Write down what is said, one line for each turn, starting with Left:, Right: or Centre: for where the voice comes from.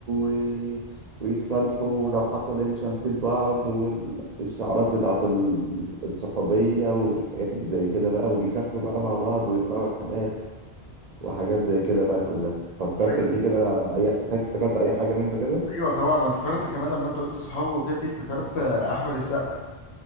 Right: و- ويتصالحوا ولو حصل ايه مش هنسيب بعض والشعارات بتاعت ال- الصحوبية والحاجات اللي زي كده بقى وبيسافروا بقى مع بعض ويطلعوا رحلات وحاجات زي كده بقى كلها فكرتك
Left: ايوه
Right: بيه كده اي فاكر افتكرت اي حاجة منه كده
Left: ايوه طبعا انا افتكرت كمان لما انت قلت صحابه وكده دي افتكرت آه، احمد السقا